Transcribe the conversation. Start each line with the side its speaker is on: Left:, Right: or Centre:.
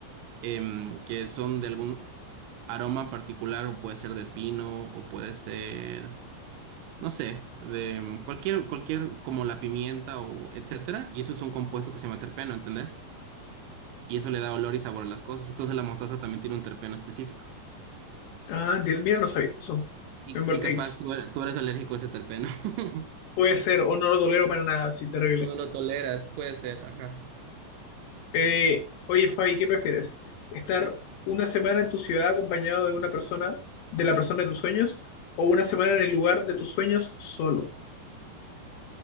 Right: em, que son de algún aroma particular, o puede ser de pino, o puede ser, no sé, de em, cualquier, cualquier, como la pimienta o etcétera, y eso es un compuesto que se llama terpeno, ¿entendés? Y eso le da olor y sabor a las cosas. Entonces la mostaza también tiene un terpeno específico.
Left: Ah, entiendo, mira, no sabía eso.
Right: Y,
Left: Me embol-
Right: y capaz
Left: X.
Right: tú, er- tú eres alérgico a ese terpeno. <laughs>
Left: Puede ser, o no lo tolero para nada, sí, terrible.
Right: O no lo toleras, puede ser, ajá.
Left: Eh, oye, Fabi, ¿qué prefieres? ¿Estar una semana en tu ciudad acompañado de una persona, de la persona de tus sueños, o una semana en el lugar de tus sueños solo?